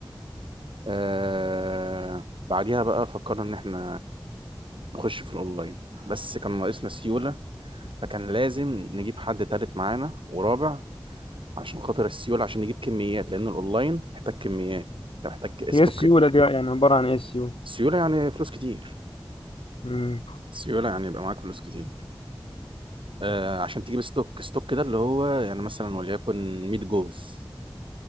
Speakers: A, on the right; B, on the left.
A: آه بعديها بقى فكرنا ان احنا نخش في الاونلاين بس كان ناقصنا سيوله فكان لازم نجيب حد تالت معانا ورابع عشان خاطر السيوله عشان نجيب كميات لان الاونلاين محتاج كميات انت محتاج استوك
B: هي السيوله دي يعني عباره عن ايه السيوله
A: سيوله يعني فلوس كتير
B: مم.
A: سيوله يعني يبقى معاك فلوس كتير آه عشان تجيب ستوك ستوك ده اللي هو يعني مثلا وليكن 100 جوز